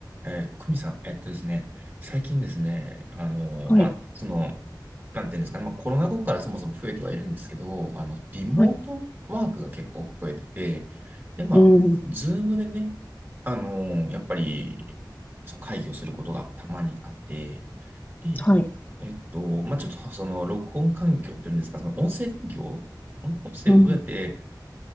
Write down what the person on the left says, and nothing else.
はい、
はい、
うん、
はい、
うん。